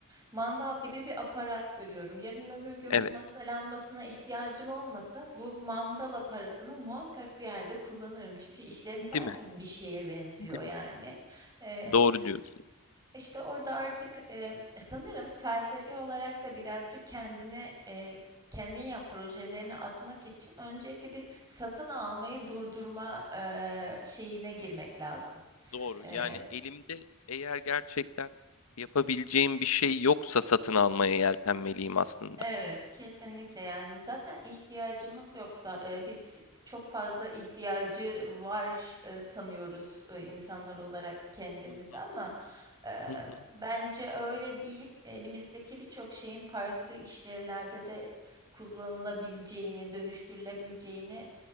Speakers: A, on the right; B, on the left.
A: mandal gibi bir aparat görüyorum. Yarın öbür gün
B: Evet.
A: bu masa lambasına ihtiyacım olmasa bu mandal aparatını muhakkak bir yerde kullanırım. Çünkü işlevsel
B: Değil mi?
A: bir şeye benziyor
B: Değil
A: yani.
B: mi?
A: Eee,
B: Doğru diyorsun.
A: işte orada artık e, sanırım felsefi olarak da birazcık kendine e, kendin yap projelerini atmak için önceki bir satın almayı durdurma e, şeyine girmek lazım.
B: Doğru.
A: E,
B: Yani elimde eğer gerçekten yapabileceğim bir şey yoksa satın almaya yeltenmeliyim aslında.
A: Evet, kesinlikle yani zaten ihtiyacımız yoksa e, biz çok fazla ihtiyacı var e, sanıyoruz e, insanlar olarak kendimizi
B: Hı hı,
A: ama e,
B: hı hı,
A: bence öyle değil. Elimizdeki birçok şeyin farklı işlevlerde de kullanılabileceğini, dönüştürülebileceğini